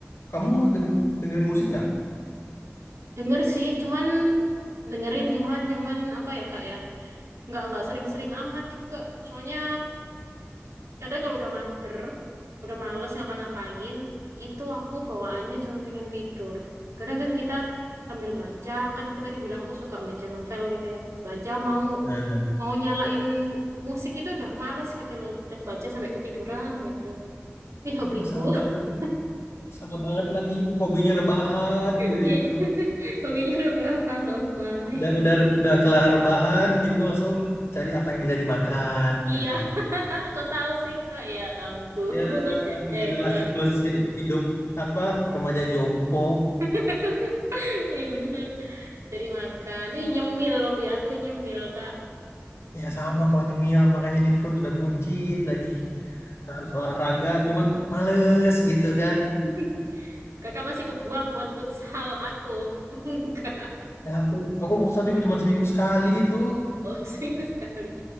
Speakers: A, on the left; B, on the right.
A: kamu deng dengerin musik nggak?
B: denger sih cuman dengerin cuman cuman apa ya kak ya nggak nggak sering-sering amat juga soalnya kadang kalau udah mager, udah males ngapa-ngapain, itu aku bawaannya cuma pengen tidur. Kadang kan kita sambil baca, kan aku tadi bilang aku suka baca novel gitu ya. Baca mau
A: Nah,
B: mau nyalain musik itu udah males gitu loh. Udah baca sampai ketiduran gitu. Ini hobiku.
A: Aduh sama banget,
B: <laughs>
A: sama banget lagi hobinya rebahan
B: Iya.
A: itu.
B: Hobinya rebahan, oh my.
A: Udah udah udah kelar rebahan gitu langsung cari apa yang bisa dimakan
B: Iya,
A: gitu.
B: <laughs> kok tahu sih Kak? Ya ampun,
A: Ya
B: <laughs>
A: begitulah
B: hebat.
A: siklus hidup apa remaja jompo.
B: <laughs> Iya bener. Cari makan. Ih nyemil lebih aku nyemil kak.
A: Ya sama kalau nyemil makanya nih perut udah buncit lagi. Harus olahraga cuman males gitu kan.
B: <laughs> Kakak masih kebuang buat futsal aku. <laughs> Enggak.
A: Ya aku aku pusat juga cuma seminggu sekali itu.
B: Oh seminggu sekali.